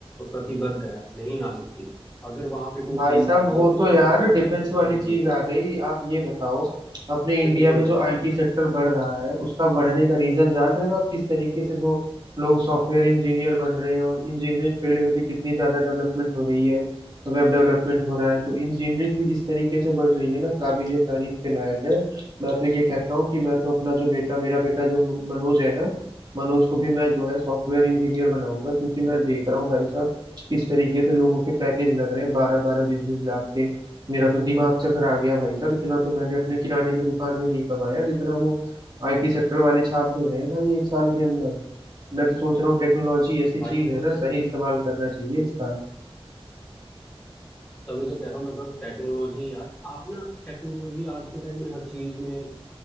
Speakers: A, in the centre; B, on the right.
A: प्रतिबद्ध है नहीं आ सकती अगर वहां पे कोई
B: भाई
A: चीज
B: साहब
A: आ रही
B: वो
A: है तो
B: तो
A: वो
B: यार
A: उसको एंटर
B: डिफेंस
A: नहीं करने
B: वाली चीज
A: देगी
B: आ गई आप ये बताओ अपने इंडिया
A: बिल्कुल
B: में जो आईटी सेक्टर बढ़ रहा है उसका बढ़ने का रीजन जान रहे हो आप किस तरीके से जो लोग सॉफ्टवेयर इंजीनियर बन रहे हैं और इंजीनियरिंग फील्ड में भी कितनी ज्यादा डेवलपमेंट हो रही है तो वेब डेवलपमेंट हो रहा है तो इंजीनियरिंग भी जिस तरीके से बढ़ रही है ना काबिलियत तारीफ के लायक है मैं तो ये कहता हूँ कि मैं तो अपना जो बेटा मेरा बेटा जो मनोज है ना मनोज को भी मैं जो है सॉफ्टवेयर इंजीनियर बनाऊंगा क्योंकि मैं देख रहा हूँ भाई साहब किस तरीके से लोगों के पैकेज लग रहे हैं बारह बारह बीस बीस लाख के मेरा तो दिमाग चकरा गया भाई साहब इतना तो मैंने अपने किराने की दुकान में नहीं कमाया जितना वो आईटी सेक्टर वाले छाप दे रहे हैं भाई एक साल के अंदर मैं तो सोच रहा हूँ टेक्नोलॉजी ऐसी
A: भाई
B: चीज
A: मैं
B: है
A: तभी
B: ना सही इस्तेमाल करना चाहिए इसका
A: तभी तो कह रहा हूँ मतलब टेक्नोलॉजी यार आप ना टेक्नोलॉजी आज के टाइम में हर चीज में